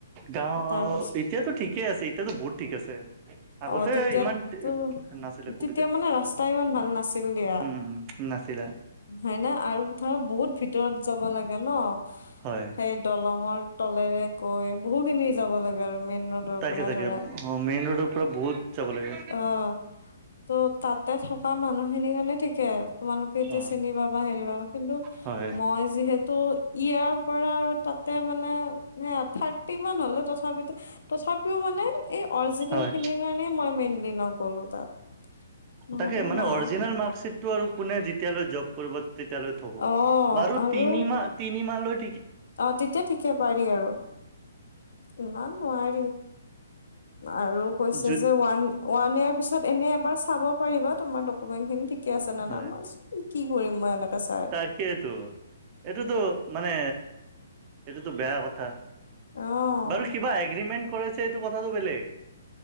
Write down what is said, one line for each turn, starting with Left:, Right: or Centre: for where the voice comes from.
Right: গাঁও
Left: তাৰ পাছত
Right: এতিয়াতো ঠিকেই আছে এতিয়াতো বহুত ঠিক আছে। আগতে
Left: অ' তেতিয়াতো
Right: ইমান নাছিলে সুবিধা
Left: তেতিয়া মানে ৰাস্তা ইমান ভাল নাছিল দিয়া।
Right: উম নাছিলে
Left: হয় ন আৰু ধৰ বহুত ভিতৰত যাব লাগে ন।
Right: হয়
Left: সেই দলঙৰ তলেৰে গৈ বহু খিনি যাব লাগে আৰু। মেইন ৰোডৰ
Right: তাকে
Left: পৰা
Right: তাকে
Left: ধৰা
Right: অ মেইন ৰোডৰ পৰা বহুত যাব লাগে
Left: অ' ত' তাতে থকা মানুহখিনিৰ কাৰণে ঠিকে। তোমালোকে এতিয়া
Right: অ
Left: চিনি পাবা হেৰি পাবা কিন্তু
Right: হয়
Left: মই যিহেতু ইয়াৰ পৰা আৰু তাত তে মানে সেয়া থাৰ্টি মান হ'লে তথাপিতো তথাপিও মানে এই অ সেইখিনিৰ
Right: হয়
Left: কাৰণে মই মেইনলি নগ'লো তাত। নহ'লেও
Right: তাকে মানে
Left: নাই
Right: অৰিজিনেল মাৰ্কশ্বিট টো আৰু কোনে যেতিয়ালৈ জব কৰিব তেতিয়ালৈ থ'ব,
Left: অ'
Right: বাৰু
Left: আৰু
Right: তিনিমাহ-তিনিমাহলৈ
Left: অ' তেতিয়া ঠিকে পাৰি আৰু ইমান নোৱাৰি। আৰু কৈছে
Right: জুত
Left: যে ওৱান-ওৱান ইয়েৰ পিছত এনে এবাৰ চাব পাৰিবা তোমাৰ ডকুমেন্ট খিনি ঠিকে ঠিকে আছে নে
Right: হয়
Left: নাই, মই ভাবিছোঁ কি কৰিম মই এনেকে চাই।
Right: তাকেইতো এইটোতো মানে সেইটোতো বেয়া কথা
Left: অ',
Right: বাৰু কিবা এগ্ৰিমেণ্ট কৰেছে এইটো কথাটো বেলেগ।